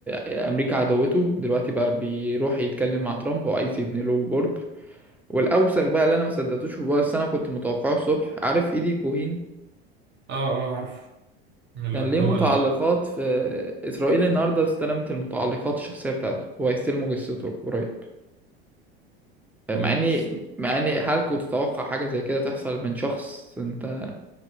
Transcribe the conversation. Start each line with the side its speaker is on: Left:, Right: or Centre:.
Centre: امريكا عدوته دلوقتي بقى بيروح يتكلم مع ترامب وعايز يبني له برج والاوسخ بقى اللي انا ما صدقتوش هو بس انا كنت متوقعه الصبح عارف ايدي كوهين
Right: اه اه عارف اللي
Centre: كان ليه
Right: هو
Centre: متعلقات
Right: ال
Centre: في اسرائيل النهارده استلمت المتعلقات الشخصيه بتاعته هو هيستلموا جثته قريب
Right: اوبس
Centre: مع اني مع اني هل كنت تتوقع حاجه زي كده تحصل من شخص انت